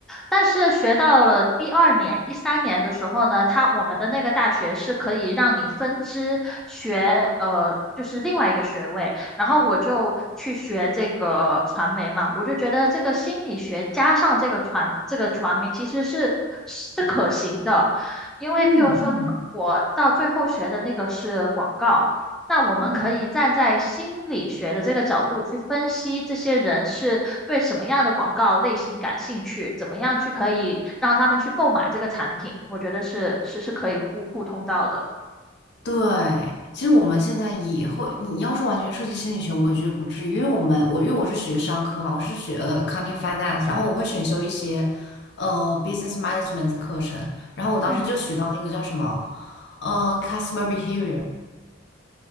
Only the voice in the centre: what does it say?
但是学到了第二年、第三年的时候呢，他我们的那个大学是可以让你分支学呃。就是另外一个学位，然后我就去学这个传媒嘛，我就觉得这个心理学加上这个传这个传媒其实是是可行的，因为譬如说我到最后学的那个是广告，
那我们可以站在心理学的这个角度去分析这些人是对什么样的广告类型感兴趣，
怎么样去可以让他们去购买这个产品，我觉得是是是可以互互通到的。
嗯，